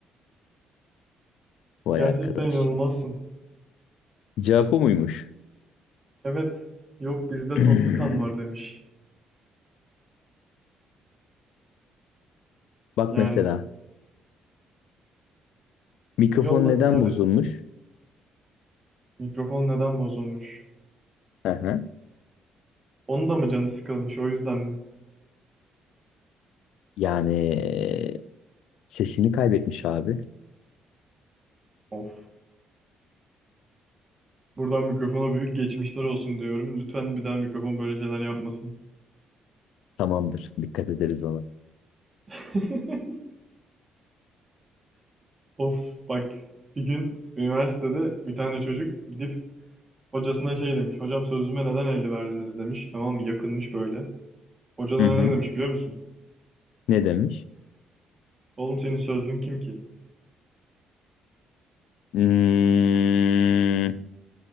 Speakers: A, on the left; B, on the right.
A: Vay
B: Gerçekten
A: arkadaş.
B: inanılmazsın.
A: Cevap o muymuş?
B: Evet. Yok bizde
A: <clears throat>
B: tatlı kan var demiş.
A: Bak
B: Yani.
A: mesela mikrofon
B: Yolla
A: neden
B: hadi.
A: bozulmuş?
B: Mikrofon neden bozulmuş?
A: Hı hı.
B: Onun da mı canı sıkılmış o yüzden mi?
A: Yani e, sesini kaybetmiş abi.
B: Of. Buradan mikrofona büyük geçmişler olsun diyorum. Lütfen bir daha mikrofon böyle şeyler yapmasın.
A: Tamamdır. Dikkat ederiz ona.
B: <laughs> Of bak. Bir gün üniversitede bir tane çocuk gidip hocasına şey demiş. Hocam sözlüme neden 50 verdiniz demiş. Tamam mı? Yakınmış böyle. Hoca ne
A: Hı hı.
B: demiş biliyor musun?
A: Ne demiş?
B: Oğlum senin sözlüğün kim ki?
A: Hmm,